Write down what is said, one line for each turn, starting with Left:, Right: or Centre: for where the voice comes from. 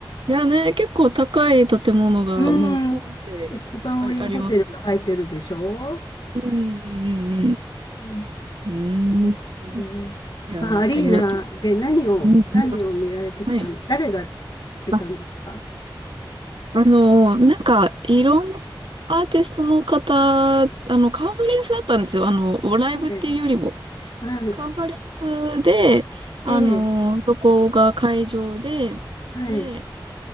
Right: いやね、結構高い建物がもうポンってあ、
Left: うん、一番上にホテルが入ってるでしょ
Right: ありますよね。うんうん
Left: ね
Right: うんうん。
Left: そう、
Right: うーん。
Left: うん、
Right: いや、
Left: まあ、
Right: わかります。
Left: アリーナで何を、
Right: うんうん。
Left: 何を見られてきたん、
Right: はい。
Left: 誰が出たんですか
Right: あ、あのーなんか、いろんなアーティストの方、あの、カンファレンスだったんですよ。あの、ライブっていうよりも。
Left: ええ、はい、
Right: カンファレンスで、あのーそこが会場で、
Left: ええ、はい、
Right: で、